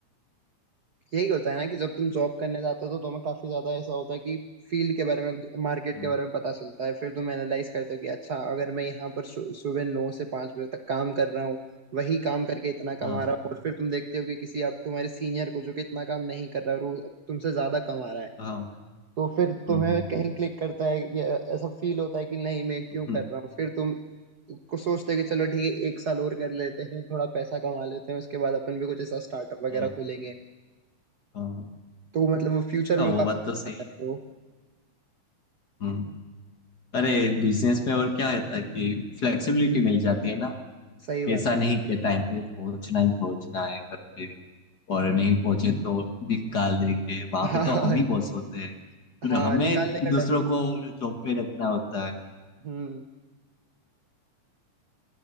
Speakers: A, on the right; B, on the left.
A: यही होता है ना कि जब तुम जॉब करने जाते हो तो तुम्हें काफी ज्यादा ऐसा होता है कि फील्ड के बारे में मार्केट
B: हाँ
A: के बारे में पता चलता है फिर तुम एनालाइज करते हो कि अच्छा अगर मैं यहाँ पर सु- सुबह नौ से पाँच बजे तक काम कर रहा हूँ वही काम करके इतना कमा
B: हाँ
A: रहा हूँ और फिर तुम देखते हो कि किसी आप तुम्हारे सीनियर को जो कि इतना काम नहीं कर रहा है और वो तुमसे ज्यादा कमा रहा है
B: हाँ
A: तो फिर
B: हम्म,
A: तुम्हें
B: हम्म,
A: कहीं क्लिक करता है या ऐसा फील होता है कि नहीं मैं क्यों
B: हम्म,
A: कर रहा हूँ फिर तुम कुछ सोचते हो कि चलो ठीक है एक साल और कर लेते हैं थोड़ा पैसा कमा लेते हैं उसके बाद अपन भी कुछ ऐसा स्टार्टअप वगैरह
B: हाँ
A: खोलेंगे
B: हाँ
A: तो मतलब वो फ्यूचर
B: हाँ,
A: में वो
B: वो
A: काफी
B: बात तो
A: काम
B: सही
A: आता
B: है
A: है फिर वो
B: हम्म अरे बिजनेस में और क्या होता है कि फ्लेक्सिबिलिटी मिल जाती है ना
A: सही बात
B: ऐसा
A: है
B: नहीं कि टाइम पे पहुंचना ही पहुंचना है करके और नहीं पहुंचे तो निकाल देंगे वहां
A: <laughs> हाँ
B: पे तो
A: हाँ
B: हम ही बॉस होते हैं और
A: हाँ
B: हमें
A: निकालने का
B: दूसरों
A: डर बिल्कुल
B: को जॉब पे रखना होता है
A: भी। हम्म